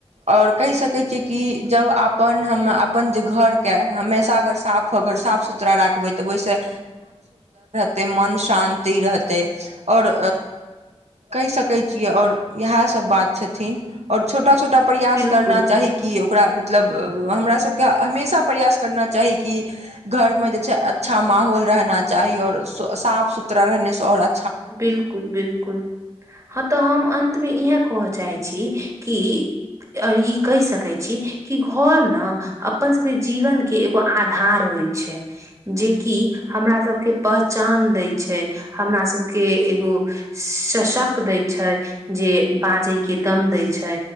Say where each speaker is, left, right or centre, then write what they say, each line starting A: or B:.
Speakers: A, on the right; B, on the right.
A: ओर कहि सकैत छियै कि जब अपन हम अपन जे घरके हमेशा अगर साफ ऽ <inaudible> ओतेक मन शान्ति रहतै आओर कहि सकै छियै आओर इहा सब बात छथिन और छोटा छोटा प्रयास
B: बिल्कुल
A: करना चाही क ओकरा मतलब हमरा सबके हमेशा प्रयास करना चाही कि घरमे जे छै अच्छा माहौल रहना चाही और स साफ सुथरा रहने से और अ
B: बिलकुल बिलकुल हँ तऽ हम अन्तमे इएह कहऽ चाहैत छी कि आर ई कहि सकै छी कि घर ने अपन सबके जीवन के एगो आधार होइ छै जेकि हमरा सबके पह चान दै छै हमरा सब के एगो शशक दै छै जे बाजे के दम दै छै